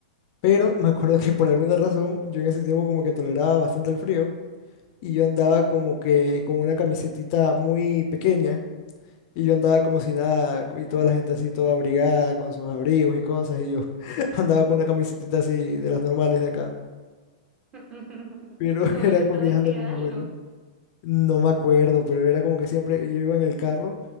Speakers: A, on the left (about 40°); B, on the right (about 25°).
A: Pero me acuerdo que por alguna razón yo en ese tiempo como que toleraba bastante el frío y yo andaba como que con una camisetita muy pequeña y yo andaba como si nada y toda la gente así toda abrigada con sus abrigos y cosas y yo <laughs> andaba con una camisetita así de las normales de acá.
B: <laughs>
A: Pero <laughs>
B: Tu abuelito
A: era con-
B: decía
A: viajando con mi
B: algo,
A: abuelo. No me acuerdo, pero era como que siempre yo iba en el carro